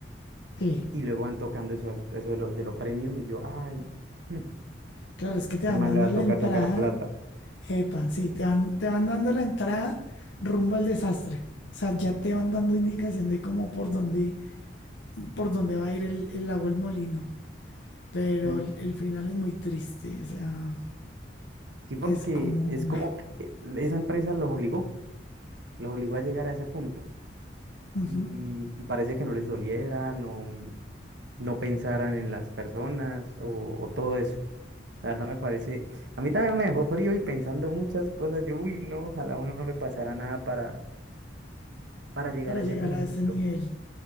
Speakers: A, on the left (about 75°); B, on the right (about 70°).
A: sí.
B: Y luego van tocando eso, eso de lo, de lo premium y yo, ay, mm,
A: Claro, es que te van
B: ese man
A: dando
B: le va
A: la
B: a tocar
A: entrada,
B: sacar plata.
A: epa, sí, te van, te van dando la entrada rumbo al desastre. O sea, ya te van dando indicación de cómo por dónde, por dónde va a ir el, el agua el molino. Pero
B: Mm.
A: el, el final es muy triste, o sea.
B: Sí, porque
A: Es como
B: es como que esa empresa los obligó, los obligó a llegar a ese punto.
A: <laughs> ujú,
B: y, y parece que no les doliera, no, mm, no pensaran en las personas o, o todo eso. La verdad me parece, a mí también me dejó frío y pensando muchas cosas. Yo, uy, no, ojalá a uno no le pasara nada para, para llegar
A: para
B: a
A: llegar
B: ese punto.
A: a ese nivel.